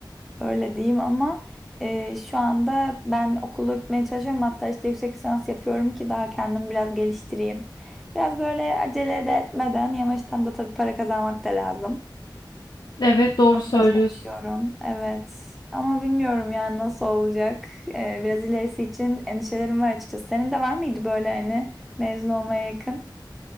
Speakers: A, in the centre; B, on the left.
A: Öyle diyeyim ama e, şu anda ben okulu gitmeye çalışıyorum hatta işte yüksek lisans yapıyorum ki daha kendimi biraz geliştireyim. Biraz böyle acele de etmeden yavaştan da tabii para kazanmak da lazım
B: Evet, doğru söylüyorsun.
A: da çalışıyorum. Evet. Ama bilmiyorum yani nasıl olacak. Ee, biraz ilerisi için endişelerim var açıkçası. Senin de var mıydı böyle hani mezun olmaya yakın?